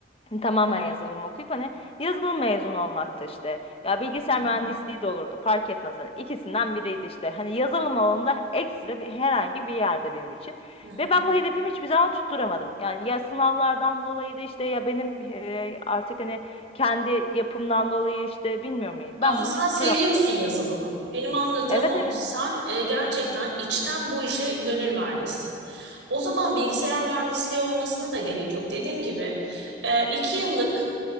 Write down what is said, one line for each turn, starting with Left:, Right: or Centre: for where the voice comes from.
Left: tamamen yazılım okuyup hani yazılım mezunu olmakta işte. Ya bilgisayar
Right: Hı hı,
Left: mühendisliği de olurdu fark etmez. Hani ikisinden biriydi işte. Hani yazılım alanında ekstra bir herhangi bir yerde benim için.
Right: hı hı.
Left: Ve ben bu hedefimi hiçbir zaman tutturamadım. Yani ya sınavlardan dolayıydı işte ya benim e, artık hani kendi yapımdan dolayı işte bilmiyorum
Right: Ama
Left: ben
Right: sen
Left: bunu tutturamadım.
Right: seviyorsun yazılımı. Benim anladığım
Left: Evet
Right: o.
Left: evet.
Right: Sen e, gerçekten içten bu işe gönül vermişsin. O zaman bilgisayar mühendisliği olmasına da gerek yok. Dediğim gibi e, iki yıllık